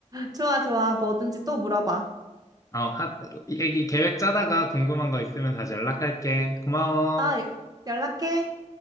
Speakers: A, on the right (about 30°); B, on the left (about 25°).
A: 좋아, 좋아. 뭐든지 또 물어봐.
B: 어, 하, 얘기 계획 짜다가 궁금한 거 있으면 다시 연락할게. 고마워.
A: 아, 예. 연락해.